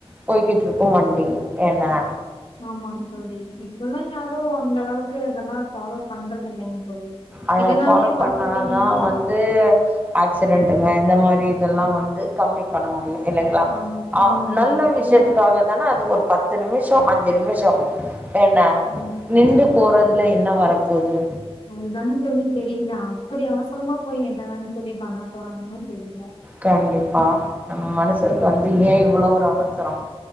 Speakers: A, on the right; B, on the left.
A: போய்கிட்டுருக்கும் வண்டி என்னா
B: ஆமாங்க தோழி இப்பல்லா யாரும் அந்த அளவுக்கு அதல்லா ஃபாலோ பண்றது இல்லைங் தோழி
A: அத
B: இதனாலயே
A: ஃபாலோ
B: பாத்துட்டீங்கன்னா
A: பண்ணா தா வந்து ஆக்சிடென்ட்டுங்க இந்த மாரி இதெல்லா வந்து கம்மி பண்ண முடியும் இல்லங்களா
B: ஆமா
A: ஆ
B: ஆமாங்க
A: நல்ல
B: தோழி
A: விஷயத்துக்காக
B: இதெல்லா
A: தான அது ஒரு பத் து நிமிஷம் அஞ்சி நிமிஷம் என்னா
B: ம்
A: நின்டு போறதுல என்ன வரப்போது
B: அதுதாங் தோழி தெரியில அப்டி அவசரமா போயி என்னதாங் தோழி பண்ண போறாங்கன்னு தெரியில
A: கண்டிப்பா நம்ம மனசருக்கு வந்து ஏன் இவ்ளோ ஒரு அவசரம்